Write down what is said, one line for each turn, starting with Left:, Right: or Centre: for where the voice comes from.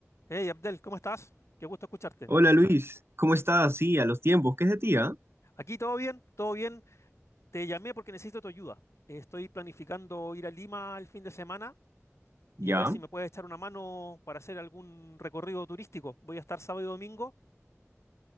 Left: Hey Abdel, ¿cómo estás? Qué gusto escucharte.
Right: Hola Luis, ¿cómo estás? Sí, a los tiempos, ¿qué es de ti, ah?
Left: Aquí todo bien, todo bien. Te llamé porque necesito tu ayuda. Estoy planificando ir a Lima el fin de semana y
Right: Ya.
Left: a ver si me puedes echar una mano para hacer algún recorrido turístico. Voy a estar sábado y domingo,